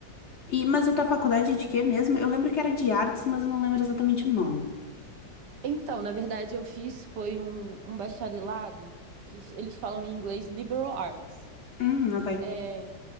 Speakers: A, on the left; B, on the right.
A: E, mas a tua faculdade é de quê mesmo? Eu lembro que era de artes, mas eu não lembro exatamente o nome.
B: Então, na verdade, eu fiz foi um, um bacharelado que eles falam em inglês liberal arts.
A: Hum, ok.
B: É,